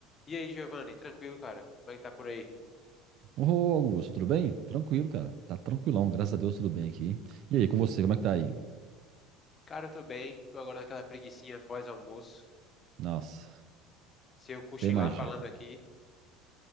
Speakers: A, on the left (about 20°); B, on the right (about 45°).
A: E aí, Giovanni, tranquilo, cara? Como é que tá por aí?
B: Ô, Augusto, tudo bem? Tranquilo, cara. Tá tranquilão, graças a Deus, tudo bem aqui. E aí, com você, como é que tá aí?
A: Cara, eu tô bem, tô agora naquela preguicinha pós-almoço.
B: Nossa,
A: Se eu cochilar
B: até imagino.
A: falando aqui.
B: <laughs>